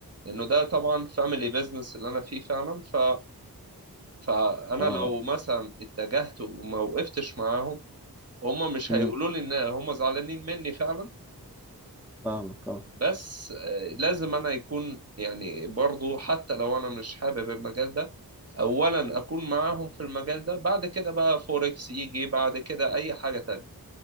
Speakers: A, on the right; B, in the centre.
A: لانه ده طبعا فاميلي بيزنس اللي انا فيه فعلا ف فانا
B: اه
A: لو مثلا اتجهت وما وقفتش معاهم هم مش
B: امم
A: هيقولوا لي ان هم زعلانين مني فعلا
B: فاهمك اه
A: بس آه، لازم انا يكون يعني برضو حتى لو انا مش حابب المجال ده اولا اكون معاهم في المجال ده بعد كده بقى فوركس يجي بعد كده اي حاجة تانية